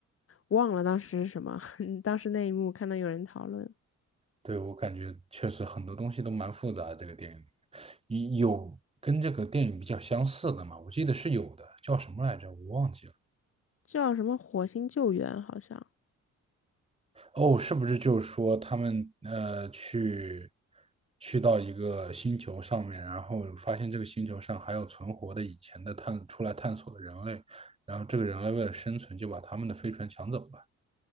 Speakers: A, on the left (about 50°); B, on the right (about 20°).
A: 忘了当时是什么。<laughs> 当时那一幕看到有人讨论，
B: 对，我感觉确实很多东西都蛮复杂的这个电影有有跟这个电影比较相似的吗？我记得是有的，叫什么来着？我忘记了。
A: 叫什么火星救援，好像
B: 哦，是不是就是说他们呃去去到一个星球上面，然后发现这个星球上还有存活的以前的探出来探索的人类，然后这个人类为了生存就把他们的飞船抢走了。